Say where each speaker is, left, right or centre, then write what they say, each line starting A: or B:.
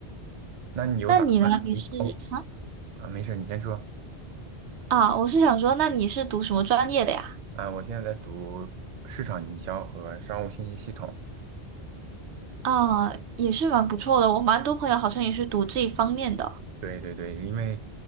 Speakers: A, on the right; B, on the right.
A: 那你有打算哦，
B: 那你呢？你是啊
A: 啊，没事，你先说。
B: 啊，我是想说，那你是读什么专业的呀？
A: 啊，我现在在读市场营销和商务信息系统。
B: 啊，也是蛮不错的，我蛮多朋友好像也是读这一方面的。
A: 对对对，因为